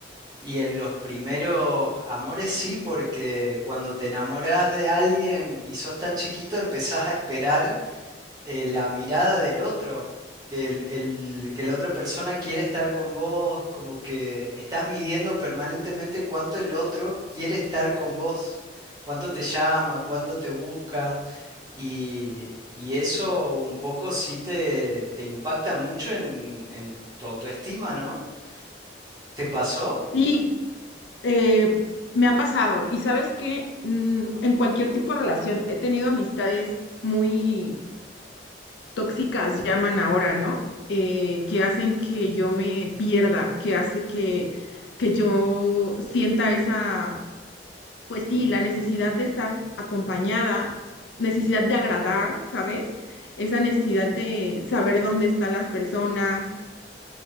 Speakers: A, on the right (about 20°); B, on the left (about 75°).
A: y en los primeros amores sí, porque cuando te enamoras de alguien y sos tan chiquito empezás a esperar eh, la mirada del otro, que, el- el- que la otra persona quiere estar con vos, como que estás midiendo permanentemente cuánto el otro quiere estar con vos, cuánto te llama, cuánto te busca. Y, y eso un poco sí te, te impacta mucho en, en tu autoestima, ¿no? ¿Te pasó?
B: Sí. Eh, me ha pasado, y sabes que en cualquier tipo de relación he tenido amistades muy tóxicas, llaman ahora, ¿no? Eh, que hacen que yo me pierda, que hace que, que yo sienta esa, pues sí, la necesidad de estar acompañada, necesidad de agradar, ¿sabes? Esa necesidad de saber dónde están las personas